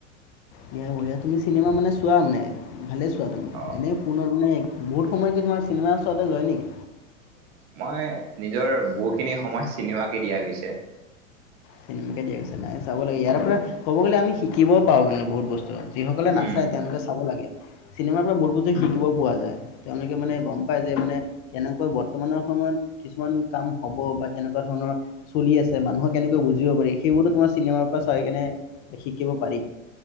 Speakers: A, on the left; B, on the right.
A: বঢ়িয়া বঢ়িয়া তুমি চিনেমা মানে চোৱা মানে ভালে চোৱা তুমি
B: অ
A: এনেই ফোনত মানে। বহুত সময় কি তোমাৰ চিনেমাৰ চাওতে যই নিকি
B: মই নিজৰ বহুখিনি সময় চিনেমাকে দিয়া গৈছে।
A: চিনেমাকে দিয়া গৈছে নাই চাব লাগে ইয়াৰ পৰা ক'ব গ'লে আমি শিকিবও পাওঁ কিন্তু বহুত বস্তু। যিসকলে নাচায়
B: উম
A: তেওঁলোকে চাব লাগে। চিনেমাৰ পৰা বৰ বোৰ যে শিকিবও পোৱা যায় তেওঁলোকে মানে গম পায় যে মানে কেনেকৈ বৰ্তমানৰ সময়ত। কিছুমান কাম হ'ব বা কেনেকুৱা ধৰণৰ চলি আছে মানুহক কেনেকৈ বুজ। জিয় পাৰি সেইবোৰতো তোমাৰ চিনেমাৰ পৰা চাই কেনে শিকিব পাৰি।